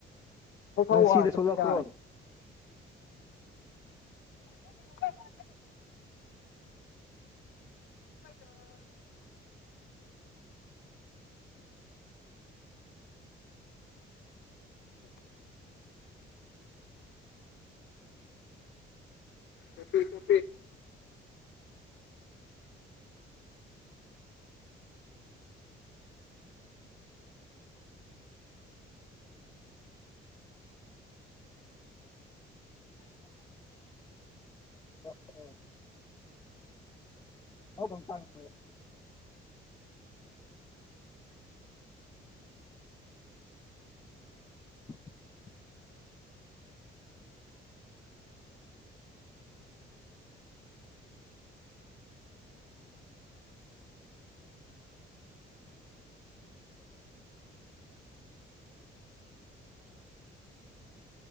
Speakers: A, on the left (about 70°); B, on the left (about 20°).
A: ꯊꯧꯊꯧ
B: ꯅꯪ
A: ꯋꯥꯗꯕ
B: ꯁꯤꯗ ꯊꯣꯂꯛꯈ꯭ꯔꯣ
A: ꯌꯥ <unintelligible> <unintelligible> <inaudible> ꯀ‌ꯣꯞꯄꯤ ꯀ‌ꯣꯞꯄꯤ <inaudible>
B: <unintelligible> <unintelligible> <inaudible>